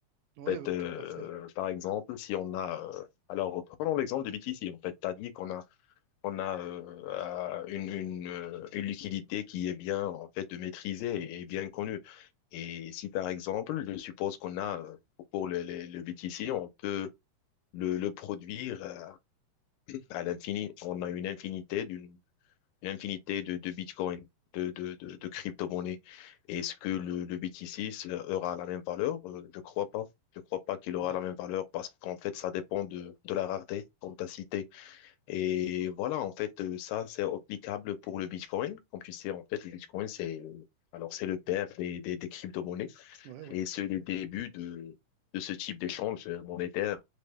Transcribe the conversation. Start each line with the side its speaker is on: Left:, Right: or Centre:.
Right: oui,
Left: En fait,
Right: oui,
Left: euh,
Right: tout à fait.
Left: par exemple, si on a euh, alors prenons l'exemple de BTC. En fait, tu as dit qu'on a on a euh, euh, une, une, euh, une liquidité qui est bien en fait maîtrisée et bien connue. Et si par exemple, je suppose qu'on a euh, pour le, le, le BTC, on peut le, le produire euh, à l'infini. On a une infinité d'une une infinité de, de Bitcoin, de, de, de, de crypto-monnaies. Est-ce que le, le BTC ça aura la même valeur? Euh, Je crois pas. Je crois pas qu'il aura
Right: Oui,
Left: la même valeur parce qu'en fait, ça dépend de, de la rareté, comme tu as cité. Et voilà, en fait, euh, ça, c'est applicable pour le Bitcoin. Comme tu sais, en fait, le Bitcoin, c'est, euh, alors, c'est le père des, des, des crypto-monnaies
Right: oui, oui,
Left: et c'est le début de, de ce type d'échange monétaire.